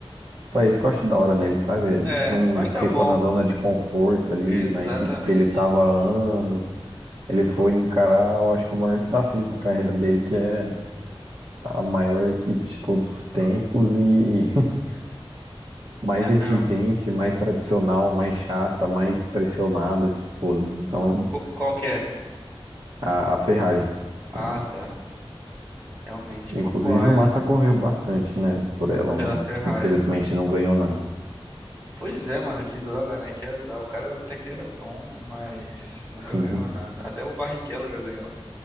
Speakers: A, on the right; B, on the right.
A: pô, é isso que eu acho da hora nele, sabe? Ele
B: É,
A: não
B: mas
A: ficou
B: tá bom.
A: na zona de conforto ali,
B: Exatamente.
A: na equipe que ele tava há anos. Ele foi encarar, eu acho que o maior desafio na carreira dele, que é a maior equipe de todos os tempos e <laughs> mais
B: É mesmo.
A: exigente, mais tradicional, mais chata, mais pressionada de todas. Então,
B: Qu- Qual que é?
A: a, a Ferrari.
B: Ah,
A: Ah,
B: tá. Realmente,
A: inclusive,
B: pô. Pô, é.
A: o Massa correu bastante, né, por ela,
B: Pela
A: mas
B: Ferrari.
A: infelizmente
B: Hum,
A: não ganhou nada.
B: Pois é, mano, que droga, né? Que azar. O cara até que era bom, mas nunca
A: Sim,
B: ganhou nada. Até o Barrichello já ganhou.